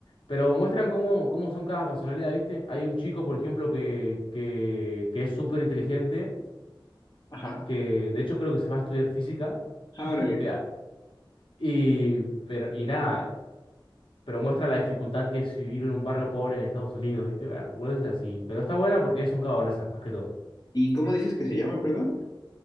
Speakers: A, on the left; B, on the left.
A: Pero muestran cómo, cómo son cada personalidad, ¿viste? Hay un chico, por ejemplo, que, que, que es súper inteligente,
B: Ajá.
A: que de hecho creo que se va a estudiar física. <laughs>
B: Ah, órale.
A: o Y, pero, y nada, pero muestra la dificultad que es vivir en un barrio pobre en Estados Unidos, ¿viste? Bueno, Will es así, pero está buena porque es un cago de risa, más que todo.
B: ¿Y cómo dices que se llama, perdón?